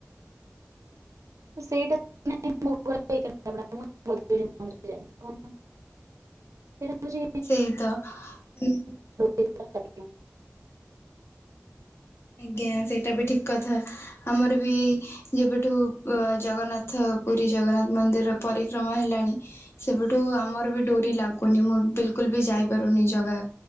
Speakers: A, on the right (about 85°); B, on the left (about 55°).
A: ସେଇଟା <unintelligible> <unintelligible>
B: ସେଇ ତ ମାନେ
A: <unintelligible>
B: ଆଜ୍ଞା ସେଇଟା ବି ଠିକ କଥା ଆମର ବି ଯେବେଠୁ ଜଗନ୍ନାଥ ପୁରୀ ଜଗନ୍ନାଥ ମନ୍ଦିର ପରିକ୍ରମା ହେଲାଣି ସେବେଠୁ ଆମର ବି ଡୋରି ଲାଗୁନି ମୁଁ ବିଲକୁଲ ବି ଯା ଯାଇପାରୁନି ଜାଗା